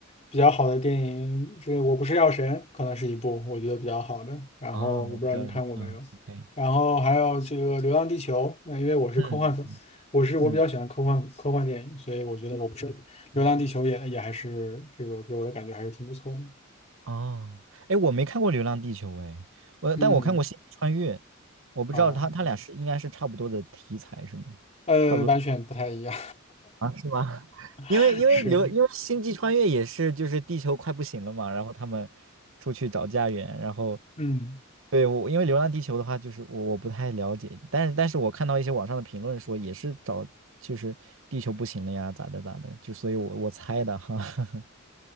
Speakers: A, on the left; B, on the right.
A: 比较好的电影，这个《我不是药神》可能是一部我觉得比较好的。然后我不知道你看过没有，
B: 哦，我不知道是啊 o k
A: 然后还有这个《流浪地球》，呃，因为我是科幻粉，
B: 嗯
A: 我是我比较喜欢科幻科幻电影，
B: 嗯
A: 所以我觉得我不是《流浪地球也》也还是这个给我的感觉还是挺不错的。
B: 哦，哎，我没看过《流浪地球》哎，我但我看过《星际穿越》，
A: 嗯，
B: 我不知道它它俩是应该是差不多的题材是吗？
A: 啊，呃，
B: 差不多
A: 完全不太一样，
B: 啊，是吗？<laughs>
A: <laughs>
B: 因为因为流因为星际穿越也是就是地球快不行了嘛，
A: 是，
B: 然后他们出去找家园，然后
A: 嗯。
B: 对我因为流浪地球的话，就是我我不太了解，但是但是我看到一些网上的评论说也是找就是地球不行了呀，咋的咋的，就所以我我猜的哈，<laughs>